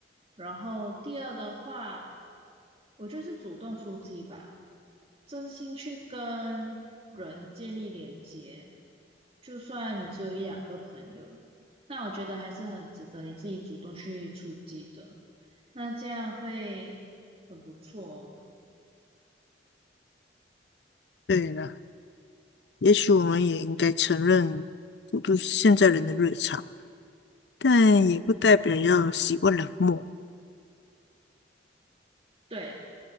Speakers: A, on the right (about 30°); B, on the left (about 70°).
A: 然后第二的话，我就是主动出击吧，真心去跟人建立连接。就算你只有一两个朋友，那我觉得还是很值得你自己主动去出击的。那这样会很不错哦。
B: 对了，也许我们也应该承认孤独是现在人的日常，但也不代表要习惯冷漠。
A: 对，